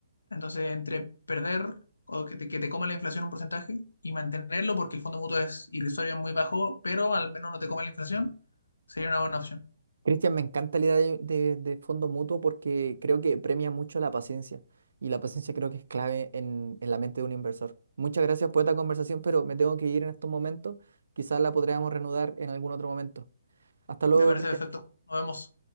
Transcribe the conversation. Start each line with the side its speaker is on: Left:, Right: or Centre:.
Left: Entonces, entre perder o que te, que te coma la inflación un porcentaje y mantenerlo porque el fondo mutuo es irrisorio, es muy bajo, pero al menos no te come la inflación, sería una buena opción.
Right: Cristian, me encanta la idea de, de- de fondo mutuo porque creo que premia mucho la paciencia y la paciencia creo que es clave en, en la mente de un inversor. Muchas gracias por esta conversación, pero me tengo que ir en estos momentos. Quizás la podríamos reanudar en algún otro momento. Hasta luego,
Left: Me parece
Right: Cristian.
Left: perfecto. Nos vemos.